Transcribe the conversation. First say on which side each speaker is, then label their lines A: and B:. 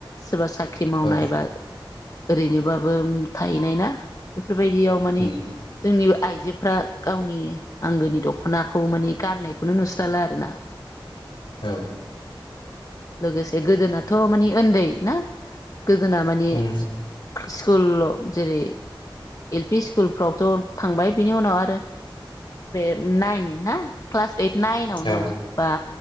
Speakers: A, on the left (about 40°); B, on the left (about 75°).
A: सोरबा सा ख्रि मावनाय
B: औ
A: बा ओरैनोबाबो थाहैनाय ना बेफोरबायदियाव माने
B: उम
A: जोंनि आइजोफ्रा गावनि आंगोनि दख'नाखौ मानि गाननायखौनो नुस्राला आरो ना
B: औ
A: लोगोसे गोदोनाथ' माने ओन्दै ना गोदोना माने
B: उम
A: स्कुल जेरै एल पि स्कुलफ्रावथ' थांबाय बिनि उनाव आरो बे नाइन ना क्लास ओइट नाइनावनो
B: औ
A: बा